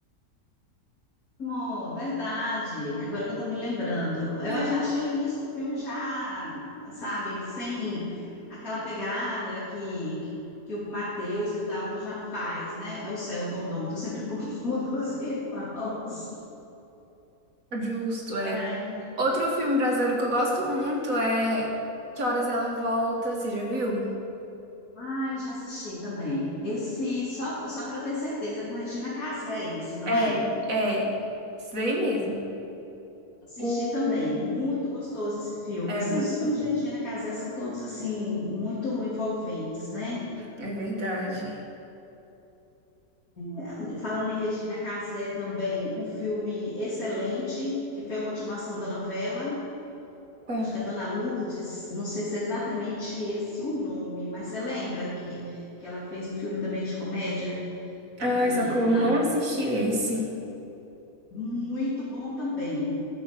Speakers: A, on the left; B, on the right.
A: Amor, verdade. Agora que eu tô me lembrando. Eu
B: É,
A: já achei o início do filme já, sabe, sem aquela pegada que, que o Matheus e o Dalton já faz, né? É o Celton Dalton, eu sempre <laughs> confundo os irmãos.
B: justo, é.
A: Ai,
B: Outro filme brasileiro que eu gosto muito é Que Horas Ela Volta, você já viu?
A: ai, já assisti também. Esse, só, só para eu ter certeza, é com Regina Casé esse, não
B: É,
A: é?
B: é, isso daí mesmo.
A: Assisti
B: O...
A: também, muito gostoso esse filme.
B: É
A: Esses,
B: muito
A: os filmes
B: legal.
A: de Regina Casé são todos, assim, muito envolventes, né?
B: É verdade.
A: É, Falando em Regina Casé também, um filme excelente, que foi a continuação da novela,
B: Qual?
A: acho que é Dona Lourdes, não sei se é exatamente esse o nome, mas você lembra que, que ela fez um filme também de comédia,
B: Ai,
A: que
B: só que eu
A: ah,
B: não assisti esse.
A: muito bom também,